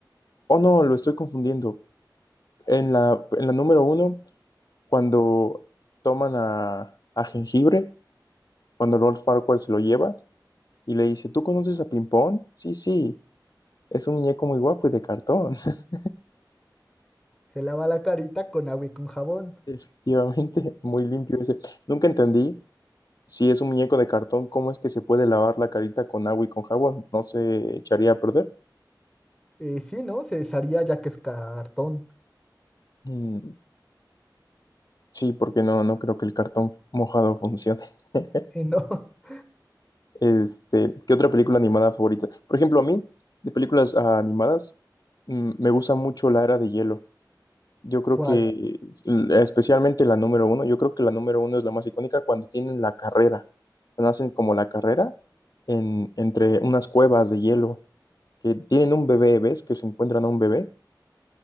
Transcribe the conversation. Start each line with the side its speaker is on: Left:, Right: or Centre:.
Left: Oh, no, lo estoy confundiendo. En la, en la número uno. cuando toman a, a Jengibre, cuando Lord Farquaad se lo lleva y le dice, ¿tú conoces a Pimpón? Sí, sí, es un muñeco muy guapo y de cartón. <laughs>
Centre: Se lava la carita con agua y con jabón.
Left: Efectivamente, muy limpio. Dice, nunca entendí si es un muñeco de cartón, cómo es que se puede lavar la carita con agua y con jabón. No se echaría a perder.
Centre: Eh, sí, ¿no? Se desharía ya que es cartón.
Left: Mm, sí, porque no, no creo que el cartón mojado funcione. <laughs>
Centre: Eh, ¿no? <laughs>
Left: Este, ¿qué otra película animada favorita? Por ejemplo, a mí, de películas ah, animadas, mm, me gusta mucho La Era de Hielo. Yo creo
Centre: ¿Cuál?
Left: que, especialmente la número uno, yo creo que la número uno es la más icónica cuando tienen la carrera, cuando hacen como la carrera en, entre unas cuevas de hielo, que tienen un bebé, ¿ves? Que se encuentran a un bebé.